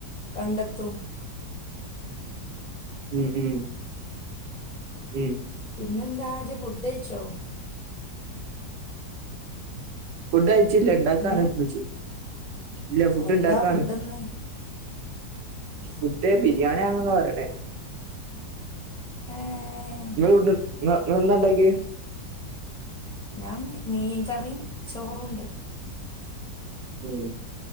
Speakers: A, on the left; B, on the right.
A: കണ്ടെത്തും
B: ഉം ഉം ഉം
A: പിന്നെന്താ ജ് ഫുഡൈയിച്ചോ
B: ഫുഡ് കയ് ച്ചില്ല ഇണ്ടാക്കാണ്
A: ഉം
B: മ്മച്ചി ഇല്ല ഫുഡ്
A: എന്താ
B: ഇണ്ടാക്കാണ്
A: ഫുഡിന്ന്
B: ഫുഡ് ബിരിയാണിാണന്ന പറയണേ
A: ഏ ഹ്
B: നിങ്ങൾ ഫുഡ് ങ്ങ നിങ്ങെളെ ന്താ ണ്ടാക്കിയ
A: ഞാൻമീ മീൻ കറിയും ചോറും ഉണ്ട്
B: ഉം